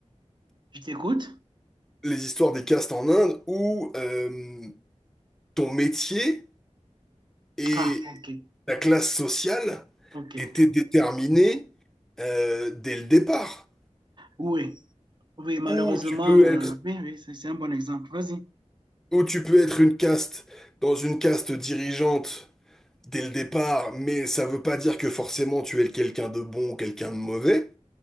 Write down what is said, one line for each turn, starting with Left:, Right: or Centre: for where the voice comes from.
Right: Je t'écoute?
Centre: Les histoires des castes en Inde où, euh, ton métier et
Right: Ah, ok,
Centre: ta classe sociale
Right: ok.
Centre: étaient déterminées euh, dès le départ.
Right: Oui, oui, malheureusement,
Centre: Ou tu peux être,
Right: euh, oui, oui, c'est c'est un bon exemple. Vas-y.
Centre: ou tu peux être une caste dans une caste dirigeante dès le départ, mais ça veut pas dire que forcément tu es quelqu'un de bon ou quelqu'un de mauvais.